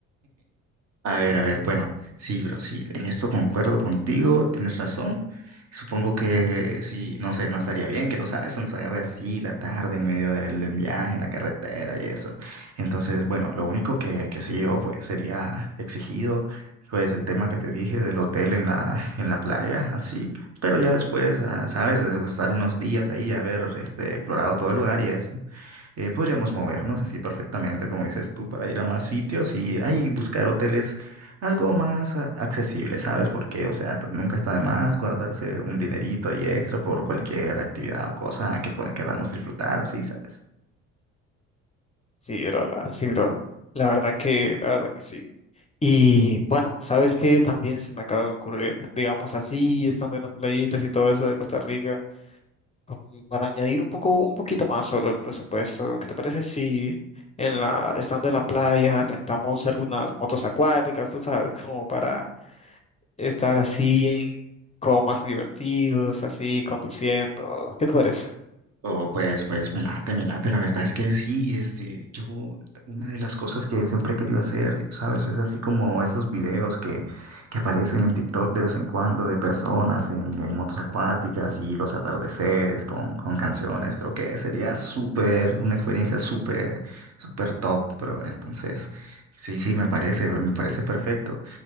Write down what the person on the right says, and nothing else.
A ver, a ver, bueno, sí, bro, sí, en esto concuerdo contigo, tienes razón. Supongo que sí, no sé, no estaría bien que no sabes, nos agarre así la tarde en medio del, del viaje, en la carretera y eso. Entonces, bueno, lo único que, que sí yo pues sería exigido, pues el tema que te dije del hotel en la, en la playa, así. Pero ya después, ah, sabes, de estar unos días ahí, haber este, explorado todo el lugar y eso eh, podríamos movernos así perfectamente, como dices tú, para ir a más sitios y ahí buscar hoteles algo más a- accesible, ¿sabes? Porque, o sea, t- nunca está de más guardarse un dinerito ahí extra por cualquier actividad o cosa que pod- queramos disfrutar, así, ¿sabes?
Oh, pues, pues me late, me late. La verdad es que sí, este, yo, una de las cosas que siempre he querido hacer, ¿sabes? Es así como esos videos que, que aparecen en TikTok de vez en cuando de personas en, en motos acuáticas y los atardeceres con, con canciones. Creo que sería súper, una experiencia súper, súper top, bro. Entonces, sí, sí, me parece, me parece perfecto.